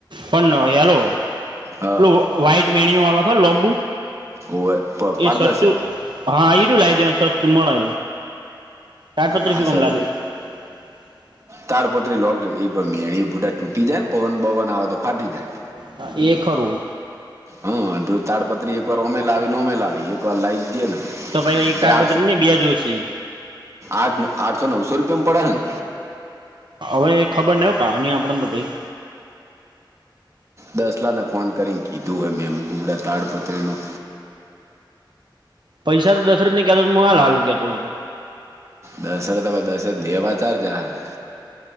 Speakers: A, on the right (about 70°); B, on the right (about 35°).
A: પણ <unintelligible>
B: હા
A: પેલુ વાઈટ મેણયુ આવે ખર લોબુ
B: ઓવે પ- પારદર્શક
A: એ સસ્તું હા એઈરુ લાવ દેવાન સસ્તું મળે. તાડપત્રી
B: હા
A: શું કામ
B: સારું ઇ
A: <inaudible>
B: તાડપત્રી લોક એ પણ મેણીયુ બુડા તૂટી જાય ને પવન બવન આવે તો ફાટી જાય.
A: હા એ ખરૂ
B: હ તાડપત્રી એક વાર ઓમે લાવી ને ઓમે લાવી તો લઇ દે ન
A: તો ભાઈ એક તાડપત્રી
B: એ આ
A: ને બે જોશી
B: આઠ આઠસો નવસો રૂપયિયા માં પડેહન
A: હવે ખબર ન ભાવ નહી આપડેને તો ભાઈ
B: દસલાને ફોન કરીને કીધું હોય મેં <unintelligible> તાડપત્રીનું
A: પૈસા તો દસરે જ ને કેતો હું હાલ હાલુ કેતો હતો
B: દશરથ દશરત લેવા ચાર જાહૈ